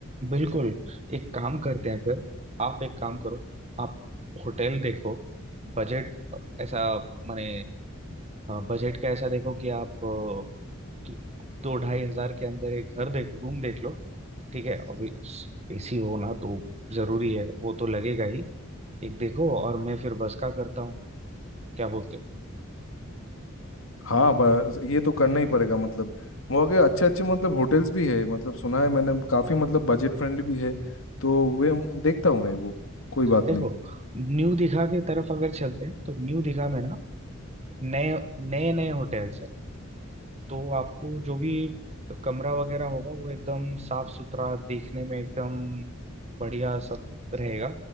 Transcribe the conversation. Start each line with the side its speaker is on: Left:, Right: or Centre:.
Right: बिल्कुल एक काम करते हैं फिर आप एक काम करो आप होटल देखो बजट ऐसा माने बजट का ऐसा देखो कि आप अ, दो दो ढाई हजार के अंदर एक घर देख रूम देख लो ठीक है अभी एसी हो ना तो जरूरी है वो तो लगेगा ही एक देखो और मैं फिर बस का करता हूँ क्या बोलते हो
Left: हाँ बस ये तो करना ही पड़ेगा मतलब वहाँ के अच्छे अच्छे मतलब होटल्स भी है मतलब सुना है मैंने काफी मतलब बजट फ्रेंडली भी है तो वे देखता हूँ मैं वो कोई बात
Right: देखो
Left: नहीं
Right: न्यू दिघा की तरफ अगर चलते हैं तो न्यू दिघा में ना नए नए नए होटल्स हैं तो आपको जो भी कमरा वगैरह होगा वो एकदम साफ सुथरा देखने में एकदम बढ़िया सब रहेगा